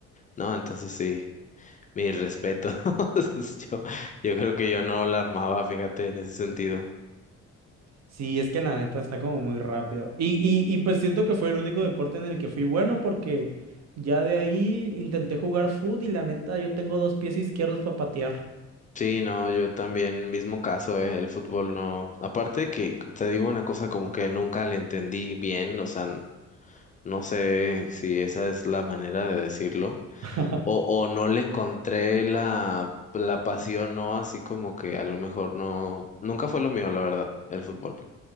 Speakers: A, on the left; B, on the right.
A: ¿no? Entonces sí, mi respeto. <laughs> Yo, yo creo que yo no la armaba, fíjate, en ese sentido.
B: Sí, es que la neta está como muy rápido. Y, y, y pues siento que fue el único deporte en el que fui bueno porque ya de ahí intenté jugar fútbol y la neta yo tengo dos pies izquierdos para patear.
A: Sí, no, yo también, mismo caso, eh, el fútbol no. Aparte que te digo una cosa como que nunca le entendí bien, o sea, n- no sé si esa es la manera de decirlo,
B: <laughs>
A: o, o no le encontré la, la pasión, no, así como que a lo mejor no, nunca fue lo mío, la verdad, el fútbol.